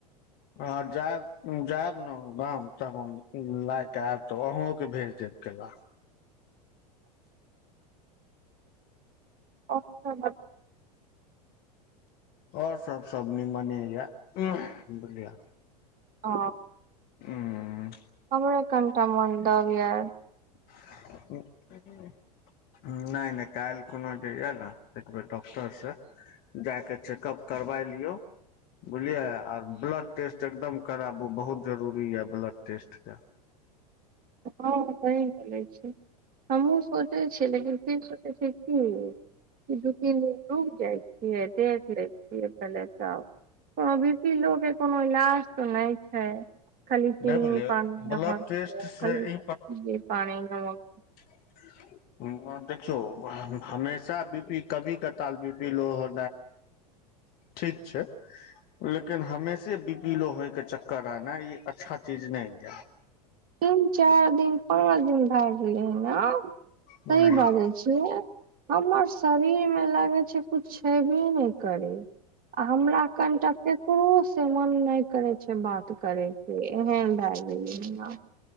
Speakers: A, on the left; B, on the right.
A: हँ, जायब जायब ने गाम तब हम लए कऽ आयब तऽ अहूँकेँ भेज देब केला
B: अच्छा
A: ओर सभ निमने य बुझलिय।
B: ओ।
A: हूँ।
B: हमरे कनिटा मोन दब या
A: <unintelligible> नहि नहि काल्हि खुना जे यए ने एकबेर डॉक्टर से जाके चेकप करबा लियौ? बुझलियै? आर ब्लड टेस्ट एकदम कराबू बहुत जरूरी यऽ ब्लड टेस्टके।
B: हँ, सही कहे छै हमहूँ सोचै छियै लेकिन फिर सोचै छियै की। दू तीन दिन रुक जाइ छियै देखलै छियै पहिले तऽ हा बि पी लाउके कोनो इलाज तऽ नहि छै खाली चीनी
A: नहि बुझलियै
B: पानी
A: ब्लड
B: नमक
A: टेस्ट
B: दियौ
A: से
B: खाली चीनी
A: ई
B: पानी नमक
A: <inaudible> देखियो हमेशा बीपी कभी कताल बीपी लो हो ठीक छै। लेकिन हमेशे बिपीलो होयके चक्कर आना ई अच्छा चीज नहि य।
B: तीन चार दिन पाँच दिन भए गेलै ह
A: नहि
B: सही बाजै छियै हमर शरीरमे लागै छै कुछ हेबे नहि करे आ हमरा कनिटा केकरो से मन नहि करे बात करेके एहन भए गेलै ह